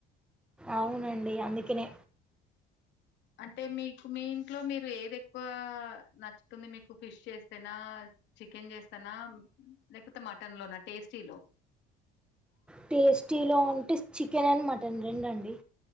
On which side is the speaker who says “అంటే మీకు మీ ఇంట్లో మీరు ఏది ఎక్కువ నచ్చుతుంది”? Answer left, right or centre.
Left